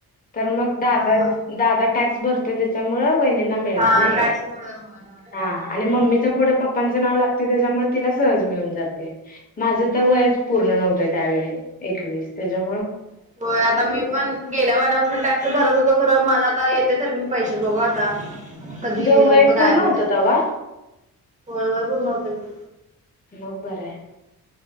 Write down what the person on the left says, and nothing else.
तर मग दादा
दादा टॅक्स भरते त्यामुळे म्हणून वहिनींना मिळत
नाही
हा
मम्मीच्या पुढे पापा पापा च नाव लागते त्याच्यामुळे तिला सहज मिळून जाते माझं तर वयच पूर्ण नव्हतं त्यावेळी एकवीस तेज्या
तुझं वय
पूर्ण
होतं तवा
मग बराय